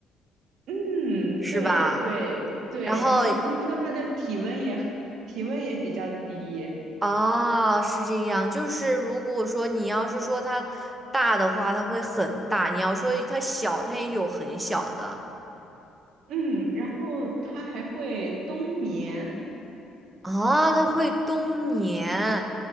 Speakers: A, on the right; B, on the right.
A: 嗯，
B: 是吧？
A: 对对对，
B: 然后
A: 然后听说它的体温也体温也比较低，
B: 哦，是这样，就是如果说你要是说它大的话，它会很大；你要说它小，它也有很小的。
A: 嗯，然后它还会冬眠，
B: 啊，它会冬眠，